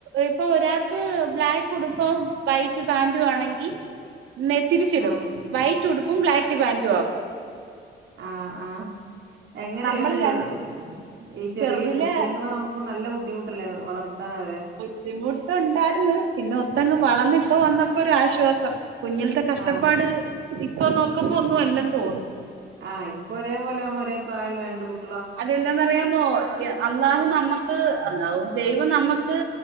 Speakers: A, on the right; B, on the right.
A: ഇപ്പൊ ഒരാൾക്ക് ബ്ലാക്ക് ഉടുപ്പം വൈറ്റ് പാന്റും ആണെങ്കിൽ തിരിച്ചിടും
B: ആഹ്
A: വൈറ്റ് ഉടുപ്പും ബ്ലാക്ക് പാന്റും ആക്കും
B: ആഹ് ആഹ് എങ്ങനെ
A: നമ്മൾ
B: ഇവരെ ചെറു
A: രണ്ട്
B: ഈ ചെറിയ
A: ചെറുതിലെ
B: കുച്ചങ്ങളാകുമ്പോ നല്ല ബുദ്ധിമുട്ടല്ലേ വളർത്താൻ അവരെ
A: ബുദിമുട്ടുണ്ടായിരുന്നു പിന്നെ ഒത്തങ്ങങ് വളർന്ന ഇപ്പ വന്നപ്പോ ഒരു ആശ്വാസം. കുഞ്ഞിലത്തെ കഷ്ടപ്പാട്
B: ആഹ്
A: ഇപ്പൊ നോക്കുമ്പോ ഒന്നും അല്ലന്ന് തോന്നും.
B: ആഹ് ഇപ്പൊ ഒരേ പോലെ <unintelligible> ഒരേ പ്രായള്ള രണ്ട് കുട്ട്
A: അതെന്താന്നറിയാമോ ഇ അള്ളാഹു നമ്മക്ക് ത് അള്ളാഹു ദൈവം നമ്മക്ക്